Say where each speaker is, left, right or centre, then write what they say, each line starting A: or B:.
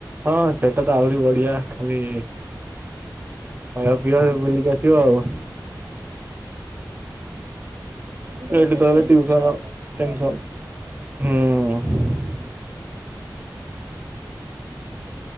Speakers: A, on the right; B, on the right.
A: ହଁ ସେଟା ତ ଆହୁରି ବଢିଆ ଖାଲି ଖାଇବ ପିଇବ ବୁଲିକି ଆସିବ ଆଉ।
B: ହୁଁ। ସବୁଠୁ
A: ଏଇନେ
B: ବେକାରେ
A: ତ ହେଲେ ଟିଉସନ
B: ଜବ୍ ଲାଇଫ୍।
A: ଟେନସନ ହୁଁ।